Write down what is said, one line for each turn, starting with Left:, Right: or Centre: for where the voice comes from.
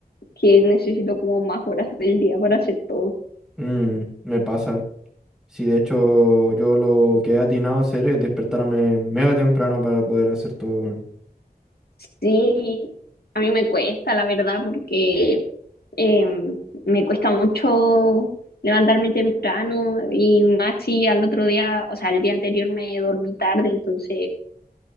Left: que necesito como más horas del día para hacer todo.
Centre: Mm, me pasa. Sí, de hecho, yo lo que he atinado a hacer es despertarme mega temprano para poder hacer todo.
Left: Sí, a mí me cuesta, la verdad, porque eh, me cuesta mucho levantarme temprano y más si al otro día, o sea, el día anterior me dormí tarde, entonces,